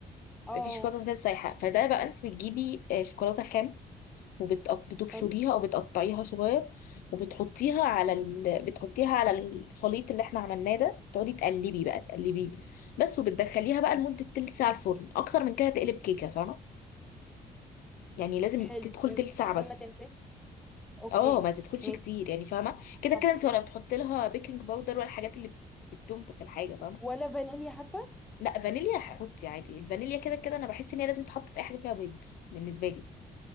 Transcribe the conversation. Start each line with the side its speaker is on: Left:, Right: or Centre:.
Centre: اه
Left: بيبقى فيه شوكولاته كده سايحه فده بقى انت بتجيبي آه، شوكولاته خام وبتبشريها
Centre: حلو
Left: او بتقطعيها صغير وبتحطيها على ال... بتحطيها على الخليط اللي احنا عملناه ده تقعدي تقلبي بقى تقلبي بس وبتدخليها بقى لمده تلت ساعه الفرن اكتر من كده تقلب كيكه فاهمه يعني لازم
Centre: حلو
Left: تدخل
Centre: فهمت
Left: تلت ساعه
Centre: عشان
Left: بس
Centre: ما تنفش اوكي
Left: اه ما تدخلش
Centre: ماشي
Left: كتير يعني فاهمه كده
Centre: طب
Left: كده انت ولا بتحط لها بيكنج باودر ولا الحاجات اللي بت- بتنفخ الحاجه فاهمه
Centre: ولا فانيليا حتى
Left: لا فانيليا هحط عادي الفانيليا كده كده انا بحس ان هي لازم تتحط في اي حاجه فيها بيض بالنسبه لي